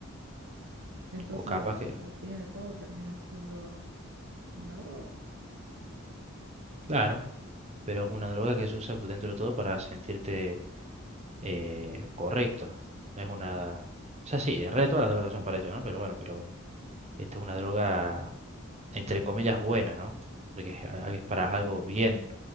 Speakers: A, on the right; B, on the right.
A: Entonces,
B: O capaz que,
A: al fin y al cabo, termina siendo una droga.
B: claro. pero es una droga que se usa pues, dentro de todo para sentirte eh, correcto. No es una... O sea, sí, en realidad todas las drogas son para eso, ¿no? Pero bueno, pero esta es una droga, entre comillas, buena, ¿no? Porque es, a- es para algo bien,